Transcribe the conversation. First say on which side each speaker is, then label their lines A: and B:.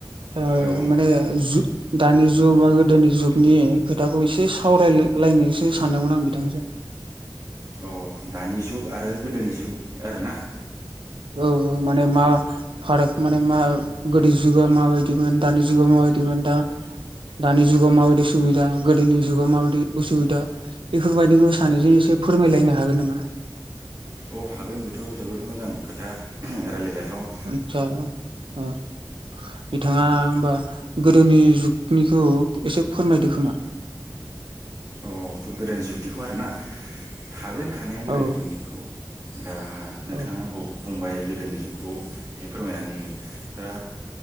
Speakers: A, on the right; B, on the right.
A: ओ
B: औ
A: माने जु दानि जुग बा गोदोनि जुगनि खोथाखौ एसे सावरायलायनोसो सानदोंमोन आं बिथांजों।
B: अ दानि जुग आरो गोदोनि जुग आरोना।
A: औ औ माने मा फाराग माने मा गोदो जुगा माबायदिमोन दानि जुगा माबायदिमोन। दा दानि जुगाव माबायदि सुबिदा गोदोनि जुगाव माबादि उसुबिदा। बेफोरबायदिखौ सानैजों एसे फोरमायलायनो हागोन नामा?
B: औ हागोन बेथ' जोबोर मोजां खोथा रायलायजाथाव।
A: आदसा अ। बिथाङा होमबा गोदोनि जुगनिखौ एसे फोरमायदो खोमा।
B: अ गोदोनि जुगदिखौ आरोना हागोन हानाया गोदोनि
A: औ
B: जुगनिखौ। दा नोंथाङा
A: औ
B: आंखौ बुंबाय। गोदोनि जुगखौ एसे फोरमायनानै होयो दा